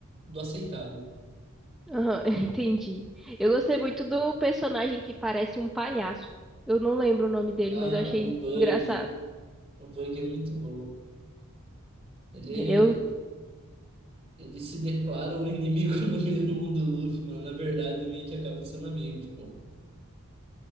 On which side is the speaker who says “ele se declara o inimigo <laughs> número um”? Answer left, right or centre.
Right